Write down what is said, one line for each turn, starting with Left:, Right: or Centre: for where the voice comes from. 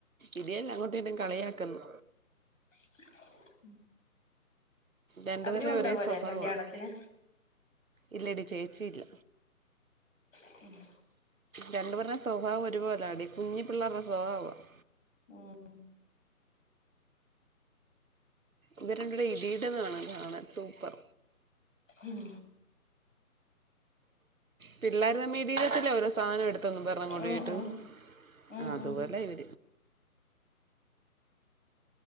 Right: ഇടിയല്ല അങ്ങോട്ടും ഇങ്ങോട്ടും കളിയാക്കുന്നു
Left: ഉം <unintelligible>
Right: രണ്ടുപേരുടെ
Left: അവരും ഉണ്ടോ
Right: ഒരേ
Left: വരാൻ
Right: സ്വഭാവമാണ്
Left: കല്യാണത്തിന്
Right: ഇല്ലടി ചേച്ചിയില്ല
Left: <inaudible>
Right: രണ്ടുപേരുടെയും സ്വഭാവം ഒരുപോല ആടി കുഞ്ഞിപിള്ളേരുടെ സ്വഭാവമാണ്
Left: മ്മ്
Right: ഇവരുരണ്ടുപേരും ഇടീടന്ന് കാണാൻ സൂപ്പർ
Left: ഉം
Right: പിള്ളേരു തമ്മിൽ ഇടിടതില്ലേ ഓരോ സാധനം എടുത്തന്നും പറഞ്ഞ് അങ്ങോട്ടും
Left: ഉം
Right: ഇങ്ങോട്ടും
Left: ഉം ഉം
Right: ആഹ് അതുപോലെ
Left: ഉം
Right: ഇവര്